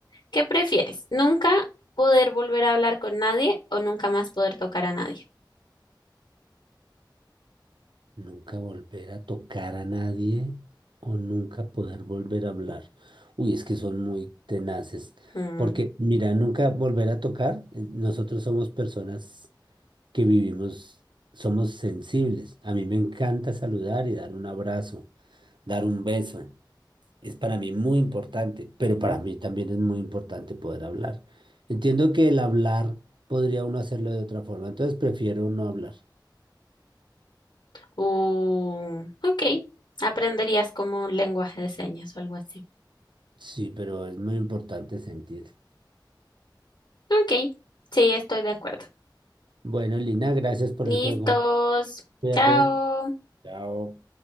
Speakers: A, on the left; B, on the right.
A: ¿Qué prefieres? ¿Nunca poder volver a hablar con nadie o nunca más poder tocar a nadie?
B: Nunca volver a tocar a nadie o nunca poder volver a hablar. Uy, es que son muy tenaces.
A: Mm.
B: Porque, mira, nunca volver a tocar, eh, nosotros somos personas que vivimos, somos sensibles. A mí me encanta saludar y dar un abrazo, dar un beso. Es para mí muy importante, pero para mí también es muy importante poder hablar. Entiendo que el hablar podría uno hacerlo de otra forma, entonces prefiero no hablar.
A: Uh, ok. Aprenderías como lenguaje de señas o algo así.
B: Sí, pero es muy importante sentir.
A: Ok. Sí, estoy de acuerdo.
B: Bueno, Lina, gracias por
A: Listos.
B: el juego. Cuídate.
A: Chao.
B: Chao.